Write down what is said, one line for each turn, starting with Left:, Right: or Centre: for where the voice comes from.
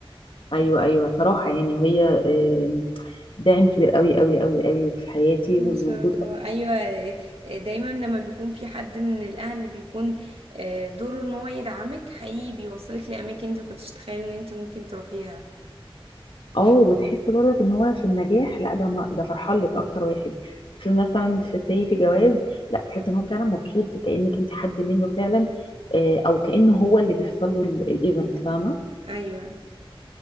Left: ايوه ايوه صراحه يعني وهي آم، داعم كبير قوي قوي قوي قوي في حياتي
Right: ان
Left: وان
Right: شاء
Left: وجود
Right: الله ايوه آه، دايما لما بيكون في حد من الاهل اللي بيكون آه، دوره ان هو يدعمك حقيقي بيوصلك لاماكن انت مكنتش تتخيل ان انت ممكن تروحيها
Left: اه وتحس برضك ان هو في النجاح لا ده ما ده فرحان لك اكتر واحد في مثلا في سي في جواز لا تحس ان هو فعلا مبسوط كانك انت حد منه فعلا آه، او كان هو اللي بيحصل له الايفنت فاهمه
Right: ايوه